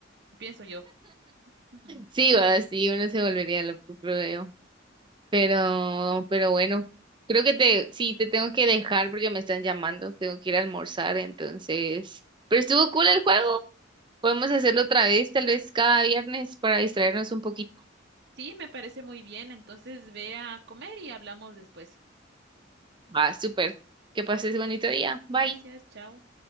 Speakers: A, on the right; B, on the right.
A: pienso yo. Ujú.
B: Sí, va, sí, uno se volvería loco, creo yo. Pero, pero bueno, creo que te, sí, te tengo que dejar porque me están llamando, tengo que ir a almorzar, entonces. Pero estuvo cool el juego. Podemos hacerlo otra vez, tal vez cada viernes, para distraernos un poquito.
A: Sí, me parece muy bien, entonces ve a comer y hablamos después.
B: Va, súper. Que pases bonito día. Bye.
A: Gracias, chao.